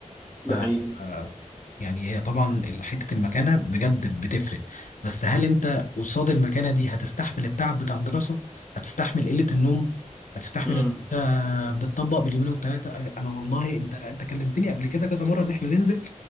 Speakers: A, on the left; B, in the centre.
A: ف
B: ده حقيقي
A: آه، يعني هي طبعا حتة المكانة بجد بتفرق بس هل انت قصاد المكانة دي هتستحمل التعب بتاع الدراسة هتستحمل قلة النوم هتستحمل
B: امم
A: ان انت بتطبق باليومين والتلاتة انا والله انت انت كلمتني قبل كده كذا مرة ان احنا ننزل